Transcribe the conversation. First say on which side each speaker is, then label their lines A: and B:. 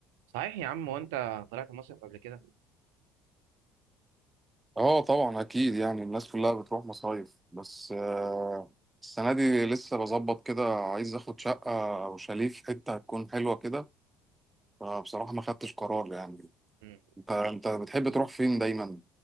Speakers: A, on the right; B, on the right.
A: صحيح يا عم وانت طلعت مصيف قبل كده
B: اه طبعا اكيد يعني الناس كلها بتروح مصايف بس آه، السنه دي لسه بظبط كده عايز اخد شقه او شاليه في حته هتكون حلوه كده فبصراحه ما خدتش قرار يعني
A: مم.
B: انت انت بتحب تروح فين دايما